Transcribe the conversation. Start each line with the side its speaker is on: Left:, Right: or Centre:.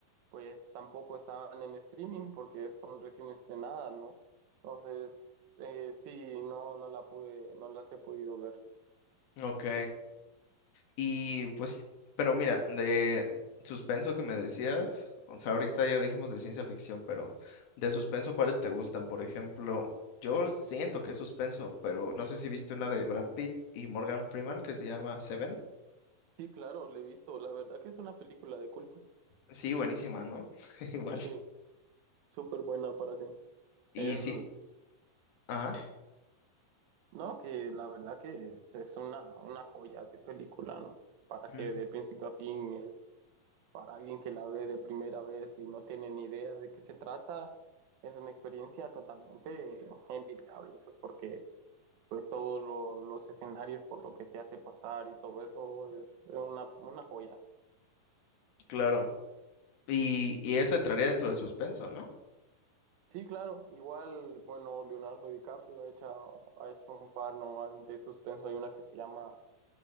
Right: pues tampoco estaban en streaming porque son recién estrenadas, ¿no? Entonces, eh, sí, no, no la pude, no las he podido ver.
Left: Ok. Y pues sí, pero mira, de suspenso que me decías, o sea, ahorita ya dijimos de ciencia ficción, pero de suspenso, ¿cuáles te gustan? Por ejemplo, yo siento que es suspenso, pero no sé si viste una de Brad Pitt y Morgan Freeman que se llama Seven.
Right: Sí, claro, la he visto, la verdad que es una película de culto,
Left: Sí, buenísima, ¿no? <laughs> Igual.
Right: sí, súper buena para que
Left: Y
Right: es,
Left: sí, ajá,
Right: no, que la verdad que es una, una joya de película, ¿no? Para que
Left: mm,
Right: de principio a fin es Para alguien que la ve de primera vez y no tiene ni idea de qué se trata, es una experiencia totalmente envidiable, pues, porque pues, todos lo- los escenarios por lo que te hace pasar y todo eso es una, una joya.
Left: claro. Y, y eso entraría dentro de suspenso, ¿no?
Right: Sí, claro, igual, bueno, Leonardo DiCaprio ha hecho, ha hecho un par, ¿no? de suspenso, hay una que se llama